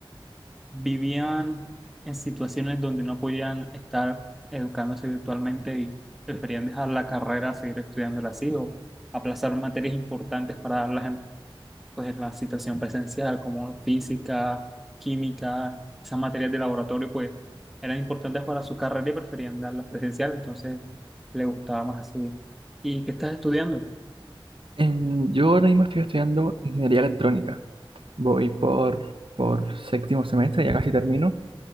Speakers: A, in the centre; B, on the right.
A: vivían en situaciones donde no podían estar educándose virtualmente y preferían dejar la carrera, seguir estudiándola así o aplazar materias importantes para darlas en, pues, en la situación presencial, como física, química, esas materias de laboratorio, pues eran importantes para su carrera y preferían darlas presencial, entonces le gustaba más así. ¿Y qué estás estudiando?
B: Em, yo ahora mismo estoy estudiando ingeniería electrónica. Voy por, por séptimo semestre, ya casi termino,